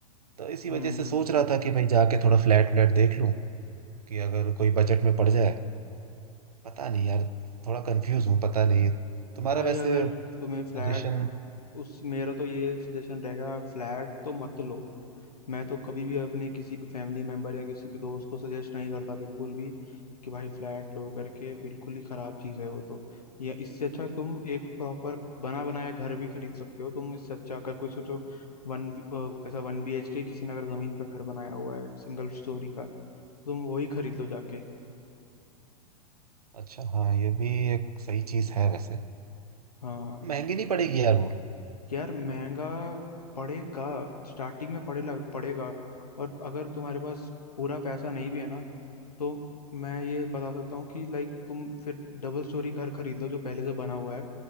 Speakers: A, on the right; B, on the left.
A: तो इसी वजह
B: हम्म
A: से सोच रहा था कि भाई जाके थोड़ा फ्लैट व्लैट देख लूं कि अगर कोई बजट में पड़ जाए पता नहीं यार थोड़ा कंफ्यूज हूँ पता नहीं तुम्हारा
B: भाई
A: वैसे
B: अगर तुम्हें
A: सजेशन
B: फ्लैट उस मेरा तो ये सजेशन रहेगा फ्लैट तो मत लो मैं तो कभी भी अपने किसी भी फैमिली मेंबर या किसी भी दोस्त को सजेस्ट नहीं करता बिल्कुल भी कि भाई फ्लैट लो करके बिल्कुल ही खराब चीज़ है वो तो या इससे अच्छा तुम एक प्रॉपर बना बनाया घर भी खरीद सकते हो तुम इससे अच्छा अगर कोई सोचो वन पैसा वन बी एच के किसी ने अगर जमीन पे घर बनाया हुआ है सिंगल स्टोरी का तुम वही खरीद लो जाके
A: अच्छा हाँ ये भी एक सही चीज है वैसे
B: हाँ
A: महंगी नहीं पड़ेगी यार वो
B: यार महंगा पड़ेगा स्टार्टिंग में पड़े लग, पड़ेगा और अगर तुम्हारे पास पूरा पैसा नहीं भी है ना तो मैं ये बता सकता हूँ कि लाइक तुम फिर डबल स्टोरी घर खरीद लो जो पहले से बना हुआ है